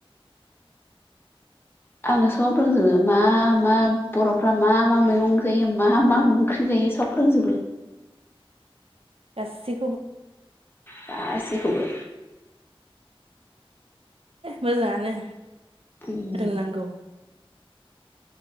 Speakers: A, on the right; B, on the left.
A: <inaudible>
B: आङो सब रोंजोबो मा मा बर'फ्रा मा मा मैगं जायो मा मा ओंख्रि जायो सब रोंजोबो
A: <unintelligible> गासि
B: गासिखौबो
A: मोजाङानो
B: उम
A: रोंनांगौ